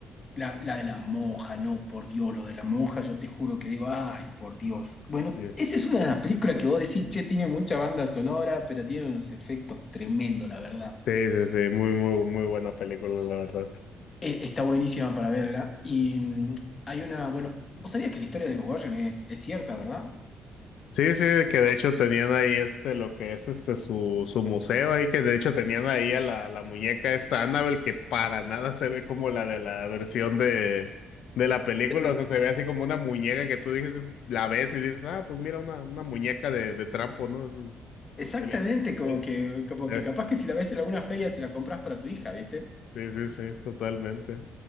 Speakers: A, on the left; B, on the left.
A: La, la de la monja, no, por Dios, lo de la monja, yo te juro que digo, ay, por Dios. Bueno,
B: Sí.
A: esa es una de las películas que vos decís, che, tiene mucha banda sonora, pero tiene unos efectos
B: Sí,
A: tremendos, la verdad.
B: sí, sí, muy, muy, muy buena película, la verdad.
A: Eh, Está buenísima para verla. Y mm, hay una, bueno, vos sabías que la historia de los Warren es, es cierta, ¿verdad?
B: Sí, sí, que de hecho tenían ahí este, lo que es este, su, su museo ahí, que de hecho tenían ahí a la, la muñeca esta Annabelle, que para nada se ve como la de la versión de, de la película,
A: Eh,
B: o sea, se ve así como una muñeca que tú dices, la ves y dices, ah, pues mira, una, una muñeca de, de trapo, ¿no? Eso
A: Exactamente,
B: se ve,
A: como
B: es-
A: que, como
B: se
A: que
B: ve.
A: capaz que si la ves en alguna feria se la compras para tu hija, ¿viste?
B: Sí, sí, sí, totalmente.